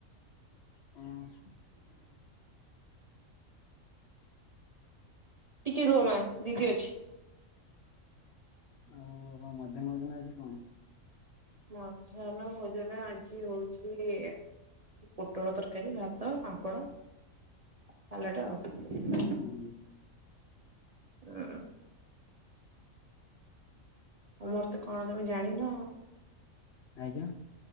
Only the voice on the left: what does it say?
କଣ୍?
ଆଉ ହ ମଧ୍ୟାହ୍ନ ଭୋଜନ ଆଜି କଣ?
ହୁଁ।
ଆଜ୍ଞା।